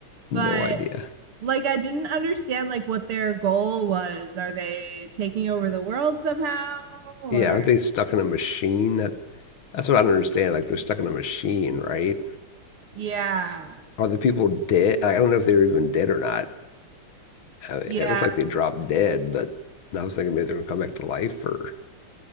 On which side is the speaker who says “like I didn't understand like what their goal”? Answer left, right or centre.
Right